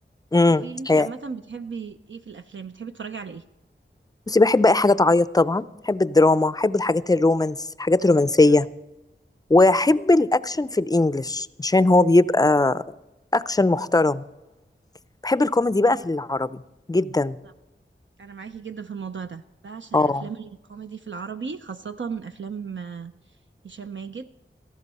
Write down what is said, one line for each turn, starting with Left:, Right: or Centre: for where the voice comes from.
Left: امم
Right: طب قولي لي انتي
Left: هي-
Right: عامة بتحبي ايه في الأفلام بتحبي تتفرجي على ايه؟
Left: بصي بحب اي حاجة تعيط طبعا بحب الدراما بحب الحاجات الرومانس الحاجات الرومانسية
Right: ايوه
Left: واحب الاكشن في الانجليش عشان هو بيبقى اكشن محترم بحب الكوميدي بقى في العربي جدا
Right: بالظبط. انا معاكي جدا في الموضوع ده بعشق
Left: اه
Right: الافلام الكوميدي في العربي خاصه افلام آه، هشام ماجد